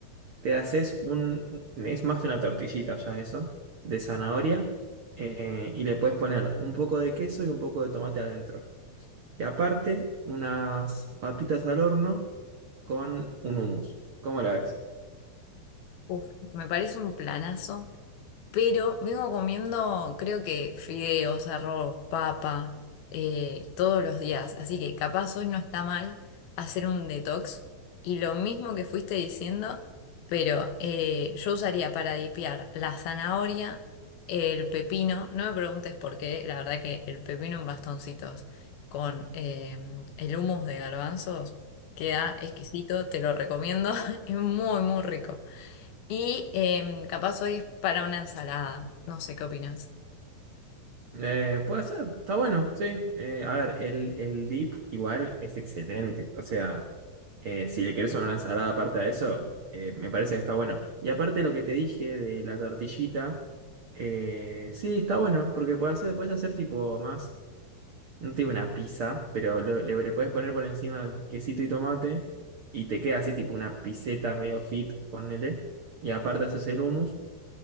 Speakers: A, on the right; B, on the left.
A: Te haces un, es más una tortillita ya eso, de zanahoria, eh, y le puedes poner un poco de queso y un poco de tomate adentro. Y aparte, unas papitas al horno con un hummus. ¿Cómo la ves?
B: Uf, me parece un planazo. pero vengo comiendo, creo que fideos, arroz, papa, eh, todos los días. Así que capaz hoy no está mal hacer un detox. Y lo mismo que fuiste diciendo, pero eh, yo usaría para dipear la zanahoria, el pepino. No me preguntes por qué, la verdad que el pepino en bastoncitos con eh, el hummus de garbanzos queda exquisito, te lo recomiendo. <laughs> Es muy, muy rico. Y em, capaz hoy es para una ensalada. No sé qué opinas.
A: Eh, puede ser, está bueno, sí. Eh, a ver, el, el dip igual es excelente. O sea, eh, si le querés una ensalada aparte a eso, eh, me parece que está bueno. Y aparte lo que te dije de la tortillita, eh, sí, está bueno, porque puedes hacer, puedes hacer tipo más, no te digo una pizza, pero lo- le, le puedes poner por encima quesito y tomate y te queda así tipo una piseta medio fit, ponele. Y aparte haces el hummus